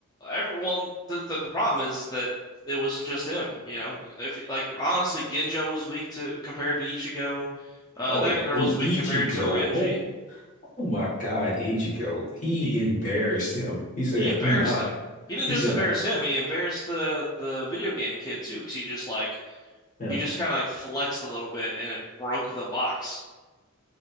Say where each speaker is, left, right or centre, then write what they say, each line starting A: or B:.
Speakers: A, on the left; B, on the left.
A: everyone the, the the problem is that it wasn't just him, you know. If like honestly, Genjo was weak to compared to Ichigo. Uh,
B: Oh
A: that
B: yeah.
A: girl
B: Ooh,
A: was weak
B: Ichigo.
A: compared to Renji.
B: Oh, oh my God, Ichigo. He
A: He
B: embarrassed him. He said,
A: he embarrassed
B: mm, uh,
A: him. He didn't
B: he
A: just
B: said,
A: embarrass
B: uh,
A: him, he embarrassed the the video game kid too. Because he just like
B: yeah.
A: he just kind of like flexed a little bit and it broke the box.